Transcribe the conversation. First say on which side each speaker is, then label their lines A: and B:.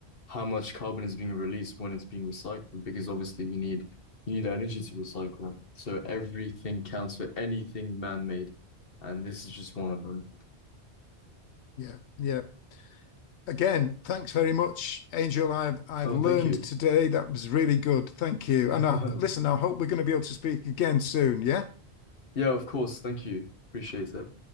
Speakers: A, on the left; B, on the left.
A: how much carbon is being released when it's being recycled because obviously you need you need energy to recycle. So everything counts for anything man-made, and this is just one of them.
B: Yeah, yeah. Again, thanks very much, Angel. I've I've
A: Oh,
B: learned
A: thank you.
B: today. That was really good. Thank you.
A: <laughs>
B: And I, listen, I hope we're going to be able to speak again soon. Yeah.
A: Yeah, of course. Thank you. Appreciate it.